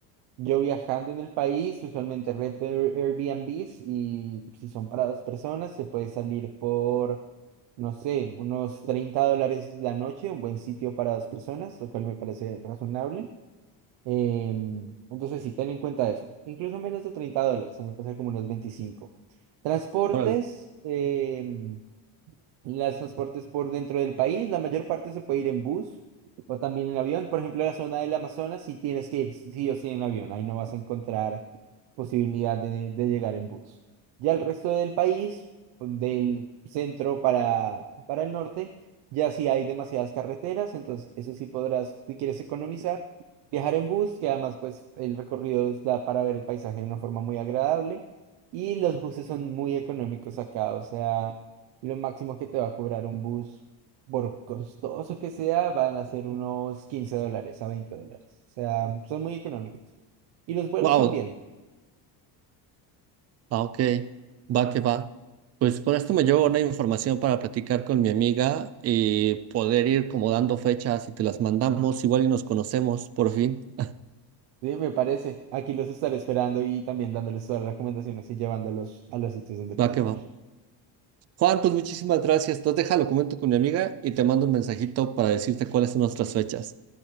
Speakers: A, on the right; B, on the right.
A: Yo viajando en el país, usualmente rento Air- Airbnbs y si son para dos personas, se puede salir por, no sé, unos 30 dólares la noche, un buen sitio para dos personas, lo cual me parece razonable. Em, entonces sí, ten en cuenta eso. Incluso menos de 30 dólares, se me pasa como unos veinticinco Transportes,
B: Órale.
A: em, los transportes por dentro del país, la mayor parte se puede ir en bus o también en avión. Por ejemplo, la zona del Amazonas, sí tienes que ir sí o sí en avión. Ahí no vas a encontrar posibilidad de, de llegar en bus. Ya el resto del país, del centro para, para el norte, ya sí hay demasiadas carreteras. Entonces, eso sí podrás, si quieres economizar, viajar en bus, que además, pues, el recorrido es- da para ver el paisaje de una forma muy agradable. Y los buses son muy económicos acá, o sea. Lo máximo que te va a cobrar un bus, por costoso que sea, van a ser unos 15 dólares a 20 dólares. O sea, son muy económicos. Y los vuelos
B: Wow.
A: también,
B: Ah, ok. Va que va. Pues con esto me llevo una información para platicar con mi amiga y poder ir como dando fechas y te las mandamos igual y nos conocemos por fin.
A: sí, me parece. Aquí los estaré esperando y también dándoles todas las recomendaciones y llevándolos a los sitios donde pueda
B: Va
A: llevar.
B: que va. Juan, pues muchísimas gracias. Entonces déjalo, comento con mi amiga y te mando un mensajito para decirte cuáles son nuestras fechas.